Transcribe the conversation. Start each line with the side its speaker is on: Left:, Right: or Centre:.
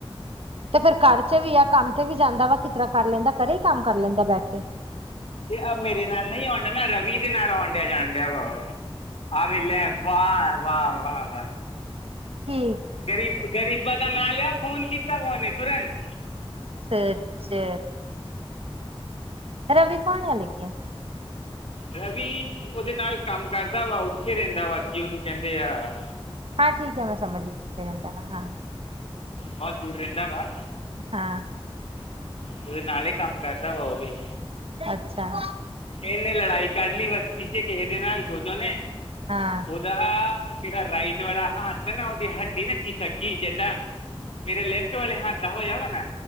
Right: ਤੇ ਫੇਰ ਘਰ ਚ ਵੀ ਆ ਕੰਮ ਤੇ ਵੀ ਜਾਂਦਾ ਵਾ, ਕਿਸ ਤਰ੍ਹਾਂ ਕਰ ਲੈਂਦਾ ਘਰੇ ਈ ਕੰਮ ਕਰ ਲੈਂਦਾ ਬੈਅ ਕੇ।
Left: ਤੇ ਆ ਮੇਰੇ ਨਾਲ ਨਈਂ ਆਉਣ ਡਿਆ ਨਾ, ਰਵੀ ਦੇ ਨਾਲ ਆਉਣ ਡਿਆ ਜਾਣ ਡਿਆ ਵਾ ਉਹ। ਆ ਵੇਲੇੈ, ਵਾਹ ਵਾ ਵਾ ਵਾ
Right: ਕੀ
Left: ਗਰੀਬ ਗਰੀਬਾਂ ਦਾ ਨਾਂ ਲਿਆ ਫੋਨ ਕੀਤਾ ਕੋਂ ਨੀਂ ਤੁਰੰਤ।
Right: ਅਛਾ, ਰਵੀ ਕਣ <unintelligible>
Left: ਰਵੀ ਉਹਦੇ ਨਾਲ ਕੰਮ ਕਰਦਾ ਵਾ ਉੱਥੇ ਰਹਿੰਦਾ ਵਾ ਕੀ ਉਹਨੂੰ ਕਹਿੰਦੇ ਆ
Right: ਹਾਂ ਠੀਕ ਏ ਮੈਂ ਸਮਝਗੀ, ਕਿੱਥੇ ਰਹਿੰਦਾ ਵਾ ਹਾਂ।
Left: ਬਹੁਤ ਦੂਰ ਰਹਿੰਦਾ ਵਾ।
Right: ਹਾਂ।
Left: ਤੁਦੇ ਨਾਲ ਹੀ ਕੰਮ ਕਰਦਾ ਵਾ ਉਹ ਵੀ।
Right: ਅੱਛਾ।
Left: ਏਨੇ ਲੜਾਈ ਕਰਨੀ ਮਸਤੀ ਚ ਕਿਹੇ ਦੇ ਨਾਲ ਗੋਜੋ ਨੇ
Right: ਹਾਂ
Left: ਦਾ ਜੇੜਾ ਰਾਈਟ ਵਾਲਾ ਹੱਥ ਨਾ, ਓਦੀ ਹੱਡੀ ਨਾ ਖੀਸਕ ਗੀ ਜੱਦਾ ਮੇਰੇ ਲੈਫਟ ਵਾਲੇ ਹੱੱਥ ਦਾ ਹੋਯਾ ਵਾ ਨਾ